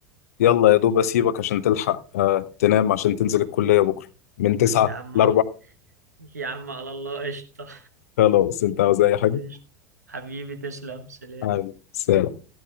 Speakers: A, on the left; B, on the right.
A: يلا يا دوب اسيبك عشان تلحق آه تنام عشان تنزل الكليه بكره من 9
B: يا عم
A: ل
B: يا عم على الله قشطة
A: خلاص انت عاوز اي حاجه
B: قشطة حبيبي تسلم سلام
A: عاوز